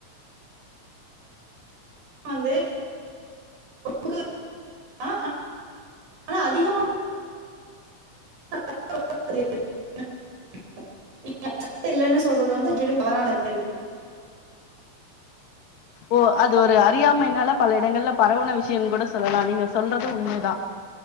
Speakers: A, on the right (about 85°); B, on the left (about 55°).
A: வந்து ஒடம்புக்கு <inaudible> ஆ ஆனா அதிகமா <inaudible> <inaudible> நீங்க சத்து இல்லைன்னு சொல்றது வந்து முற்றிலும் தவறான கருத்து இருக்கு
B: ஓ அது ஒரு அறியாமைையினால பல இடங்கள்ல பரவுன விஷயம்னு கூட சொல்லலாம் நீங்க சொல்றது உண்மைதான்